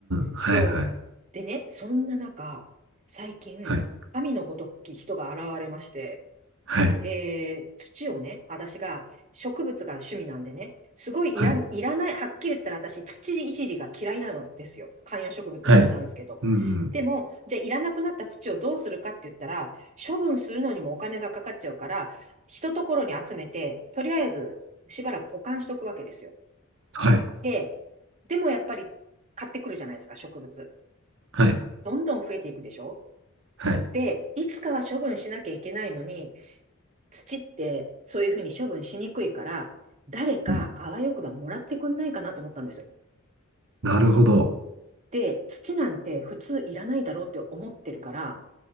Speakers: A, on the right; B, on the right.
A: ん。はいはい。
B: そう。でね、そんな中、最近、
A: はい。
B: 神のごとき人が現れまして、
A: はい。
B: えー、土をね、私が植物が趣味なんでね、すごいいら、
A: はい。
B: いらない、はっきり言ったら私、土いじりが嫌いなのですよ。観葉植物好きなんですけど。
A: はい。うんうん。
B: でも、じゃあいらなくなった土をどうするかって言ったら、処分するのにもお金がかかっちゃうから、一ところに集めて、とりあえずしばらく保管しとくわけですよ。
A: はい。
B: で、でもやっぱり買ってくるじゃないですか、植物。
A: はい。
B: どんどん増えていくでしょ
A: はい。
B: で、いつかは処分しなきゃいけないのに、土ってそういうふうに処分しにくいから、誰かあわよくばもらってくんないかなと思ったんですよ。
A: うん。なるほど
B: で、土なんて普通いらないだろうって思ってるから、